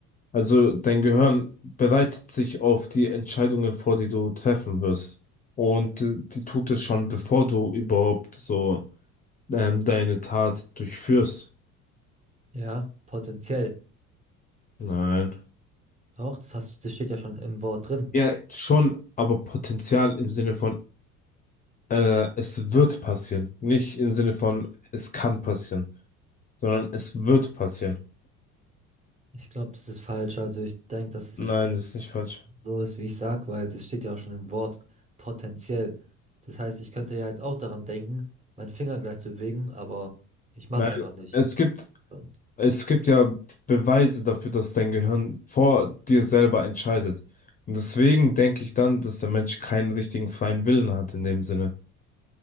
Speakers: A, on the left (about 20°); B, on the right (about 15°).
A: Also dein Gehirn bereitet sich auf die Entscheidungen vor, die du treffen wirst. Und äh, die tut es schon, bevor du überhaupt so ähm, deine Tat durchführst.
B: Ja, potenziell.
A: Nein.
B: Doch, das hast, das steht ja schon im Wort drin.
A: Ja, schon, aber Potenzial im Sinne von Äh, es wird passieren. Nicht im Sinne von, es kann passieren, sondern es wird passieren.
B: Ich glaube, das ist falsch. Also ich denke, dass es
A: Nein, das ist nicht falsch.
B: so ist, wie ich sag, weil das steht ja auch schon im Wort, potenziell. Das heißt, ich könnte ja jetzt auch daran denken, meinen Finger gleich zu bewegen, aber ich mach's
A: Nein,
B: einfach nicht.
A: es gibt,
B: Und,
A: es gibt ja Beweise dafür, dass dein Gehirn vor dir selber entscheidet. Und deswegen denke ich dann, dass der Mensch keinen richtigen freien Willen hat in dem Sinne.